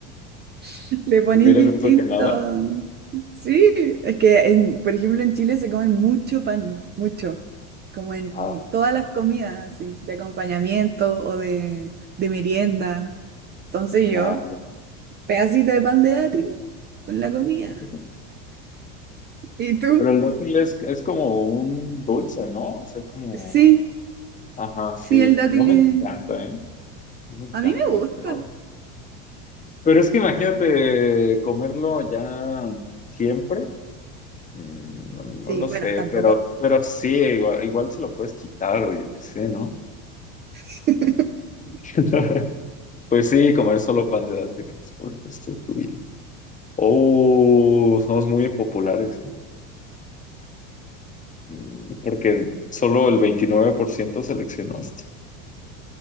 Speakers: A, on the right; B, on the left.
A: <laughs> Le ponís
B: ¿Prefieres
A: distinto.
B: eso que nada?
A: Sí, es que, en, por ejemplo, en Chile se come mucho pan, mucho. Como en
B: Ah,
A: todas las comidas, así, de acompañamiento o de, de merienda. Entonces yo,
B: ya,
A: pedacito de pan de dátil con la comida.
B: ya.
A: ¿Y tú?
B: Pero el dátil es, es como un dulce, ¿no? O sea, como...
A: Sí,
B: Ajá, sí.
A: Sí, el dátil
B: No me
A: es-
B: encanta, ¿eh? No me encanta,
A: A mí me gusta.
B: pero... Pero es que imagínate comerlo ya siempre. Mm, No, no
A: Sí,
B: lo
A: bueno,
B: sé,
A: tampoco.
B: pero, pero sí, igual, igual se lo puedes quitar o yo qué sé, ¿no?
A: <laughs>
B: <laughs> Pues sí, comer solo pan de dátiles por el resto de tu vida. Oh, somos muy populares, ¿eh? Mm, Porque solo el 29% seleccionó esto.